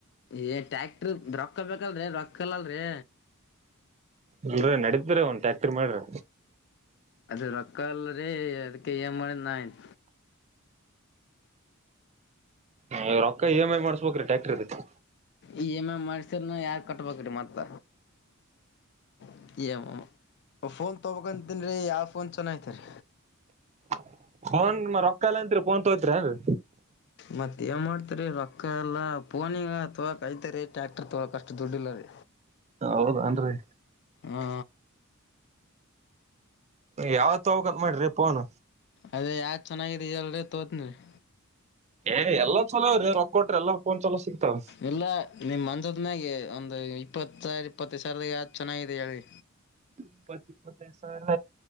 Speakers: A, on the left; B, on the right.
A: ಏ ಟ್ಯಾಕ್ಟ್ರಿ ರೊಕ್ಕ ಬೇಕಲ್ರಿ ರೊಕ್ಕಲ್ಲಲ್ರರಿ.
B: ಇಲ್ರಿ ನಡೀತ್ರಿ ಒನ್ ಟ್ಯಾಕ್ಟರಿ ಮಾಡ್ರಿ.
A: ಅದು ರೊಕ್ಕ ಅಲ್‌ರೀ ಅದಕೆಯ ಏನ್ ಮಾಡ ನಾಯಿನ್
B: ಹೇ ರೊಕ್ಕ ಇ ಮ್ ಐ ಮಾಡ್ಸ್ಬೇಕ್ರೀ ಟ್ಯಾಕ್ಟರ್ ಏದುಕ್ಕೆ
A: ಈ ಎಮ್ ಎ ಮಾಡಸಿದ್ರೆ ನಾ ಯಾಡ್ ಕಟ್ಬೇಕ್ರಿ ಮತ್ತ <unintelligible> ಮ್ಮ ಫೋನ್ ತೊಗೊಬೇಕಂತೀನ್ ರೀ ಯಾವ್ ಫೋನ್ ಚನ್ನಾಗೈತ್ರಿ.
B: <unintelligible> ಫೋನ್ ಮ ರೊಕ್ಕ ಇಲ ಅಂತ್ರಿ ಫೋನ್ ತೋಗೊತಿರನ್ನು.
A: ಮತ್ತ್ ಏನ್ ಮಾಡ್ತರಿ ರೊಕ್ಕ ಎಲ್ಲಾ ಪೋನಿಗ ತೋಕೈತೆರಿ ಟ್ಯಾಕ್ಟರ್ ತೋಳಕ್ ಅಷ್ಟ್ ದುಡ್ ಇಲ್ಲರಿ.
B: ಹೌದನ್ರಿ
A: ಹಾ
B: ಯಾವತ್ ತಗೋಬೇಕಂತ ಮಾಡ್ರಿ ಫೋನ್
A: ಅದೇ ಯಾವ್ದ ಚೆನ್ನಾಗಾಗಿದೆಲ್ರಿ ತೋತಿನಿ. <inaudible>
B: ಏ ಎಲ್ಲಾ ಚಲೋ ರೀ ರೊಕ್ಕ ಕೊಟ್ರಿ ಎಲ್ಲಾ ಫೋನ್ ಚಲೋ ಸಿಗ್ತಾವ
A: ಇಲ್ಲ ನಿಮ್ <unintelligible> ಮನ್ಸದನಾಗೆ ಒಂದು ಇಪ್ಪತ್ತು ಸಾವಿರ ಇಪ್ಪತ್ತೈ ಸಾವಿರದಾಗ ಯಾವ್ದು ಚೆನ್ನಾಗಿದೆ ಹೇಳಿ
B: ಇಪ್ಪತ್ ಇಪ್ಪತ್ತೈದ್ ಸಾವಿರಾ